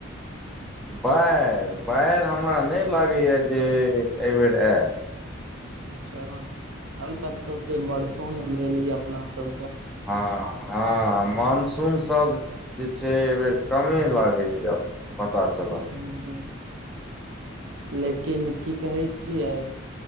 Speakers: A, in the centre; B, on the right (about 70°).
A: बाढ़ि-बाढ़ि हमरा नहि लागैय जे एहिबेर ऐ
B: अच्छा अभी तक तऽ ओते बर्सो नहि भेल य अपना सबकऽ।
A: हँ-हँ मानसून सब जे छै एहि बेर कमे लागय यऽ। पता चल
B: हूं- हूं लेकिन की कहै छियै।